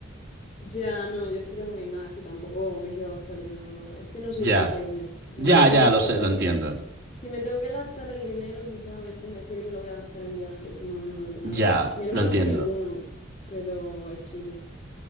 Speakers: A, on the left; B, on the right.
A: Ya, no, yo es que tengo mi Mac y tampoco me quiero gastar el dinero en un orde- Es que no soy
B: Ya,
A: gamer, entonces
B: Ya, ya,
A: no es
B: lo
A: algo...
B: sé, lo entiendo.
A: Si me tengo que gastar el dinero, sinceramente, me sé que me lo voy a gastar en viajes, no en un ordenador.
B: Ya,
A: Mi hermano
B: lo entiendo.
A: tiene uno, pero es suyo.